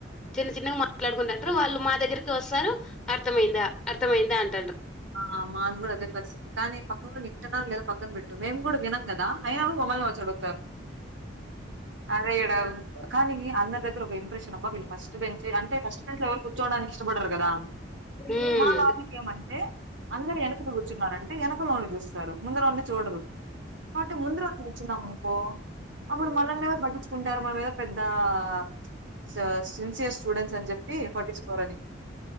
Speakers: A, in the centre; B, on the right.
A: చిన్న చిన్నగా మాట్లాడుకుంటంటరు వాళ్ళు మా దగ్గరికి ఓస్తారు అర్థమయిందా అర్థమయియందా అంట
B: ఆ మాది కూడ అదే పరిస్థితి కానీ పక్క ఉన్నోళ్లు వింటున్నారో పక్కన బెట్టు మేము కూడా వినము అయినా గూడ సోమవారం వచ్చి అడుగుతారు అదే ఎడా కానీ అందరి దగ్గర ఒక ఇంప్రెషన్ బ్బా వీళ్ళు ఫస్ట్ బెంచ్ అంటే ఫస్ట్ బెంచ్ లో ఎవరు కూర్చోడానికి ఇష్టపడ్డారు కదా
A: ఉమ్
B: మా లాగా ఏండి అందరు వెనక కూర్చున్నంటే వెనకలో చూస్తారు ముందున్నోళ్లు కానీ చూడరు కాబట్టి ముందర వసం వచ్చిందాం అనుకో అప్పుడు మనల్ని ఎవరు పట్టించుకుంటారు మన మీద పెద్ద ఆ సిన్సియర్ స్టూడెంట్స్ స్టూడెంట్స్ అని చెప్పి పట్టించుకోరని